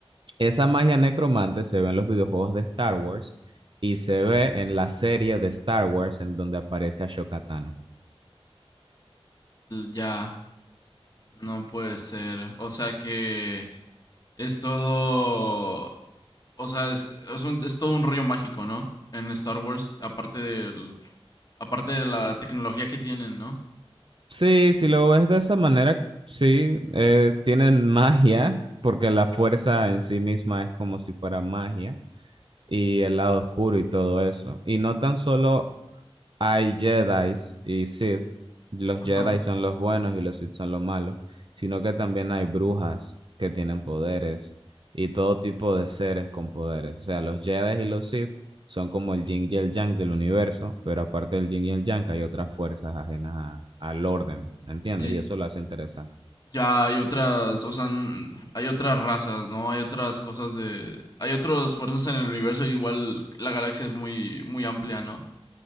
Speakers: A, on the right; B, on the left.
A: esa magia necromante se ve en los videojuegos de Star Wars y se ve en la serie de Star Wars en donde aparece a Tano.
B: Ya. No puede ser. O sea que es todo. O sea, es, es, un- es todo un rollo mágico, ¿no? En Star Wars, aparte del. Aparte de la tecnología que tienen, ¿no?
A: Sí, si lo ves de esa manera, sí, eh, tienen magia, porque la fuerza en sí misma es como si fuera magia, y el lado oscuro y todo eso. Y no tan solo hay Jedis y Sith. Los
B: Ajá.
A: Jedi son los buenos y los Sith son los malos, sino que también hay brujas que tienen poderes y todo tipo de seres con poderes. O sea, los Jedi y los Sith son como el yin y el yang del universo, pero aparte del yin y el yang hay otras fuerzas ajenas a- al orden, ¿entiendes?
B: Y-
A: Y eso lo hace interesante.
B: ya hay otras. O sea, n- hay otras razas, ¿no? Hay otras cosas de. Hay otras fuerzas en el universo. Igual la galaxia es muy, muy amplia, ¿no?